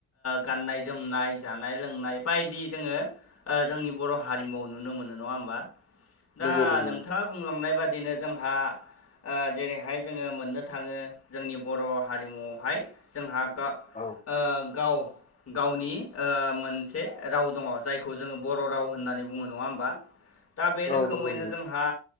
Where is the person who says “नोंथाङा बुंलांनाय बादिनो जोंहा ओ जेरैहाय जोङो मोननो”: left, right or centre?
Left